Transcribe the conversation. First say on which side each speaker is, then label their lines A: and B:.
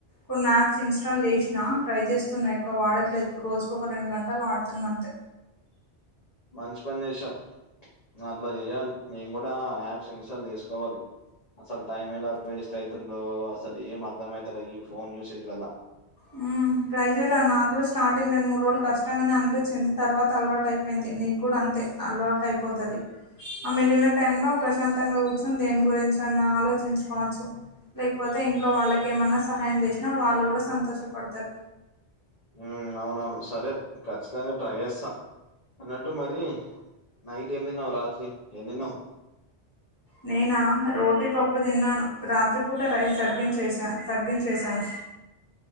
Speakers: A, on the left (about 15°); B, on the left (about 35°).
A: కొన్ని యాప్స్ ఇన్స్టాల్ చేసినా ట్రై చేస్తున్నా ఎక్కువ వాడట్లేదు రోజుకు ఒక రెండు గంటలు వాడుతున్నా అంతే
B: మంచి పని చేసావ్ అట్లా చేయాలి నేను కూడా యాప్స్ ఇన్స్టాల్ చేసుకోవాలి అసలు టైం ఎలా వేస్ట్ అయితుందో అసలు ఏం అర్ధం అయితలే ఈ ఫోన్ యూసేజ్ వల్ల
A: మ్మ్ ట్రై చేయరా నాకు కూడా స్టార్టింగ్ రెండు మూడు రోజులు కష్టంగానే అనిపించింది తర్వాత అలవాటు అయిపోయింది నీకు కూడా అం తే అవటు అయిపోతది ఆ మిగిలిన టైం లో ప్రశాంతంగా కూర్చొని దేని గురించి అన్న ఆలో వచ్చింపవచ్చు లేకపోతే ఇంట్లో వాళ్ళకి ఏమైన్నా సహాయం చేసినా వాళ్ళు కూడా సంతోష ఎ పడుతారు
B: హ్మ్ అవునువును సరే ఖచ్చితంగా ట్రై చేస్తా అన్నట్టు మరి నైట్ ఏం తిన్నావు రాత్రి ఏం తిన్నావ్
A: నేనా రోటీపప్పు తిన్నాను రాత్రిపూట రైస్ తగ్గిం చేశా తగ్గించేశాను